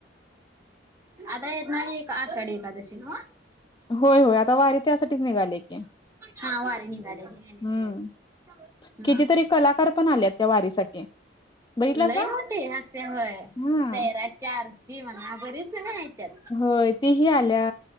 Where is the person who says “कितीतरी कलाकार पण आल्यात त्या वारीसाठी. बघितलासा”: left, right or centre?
Left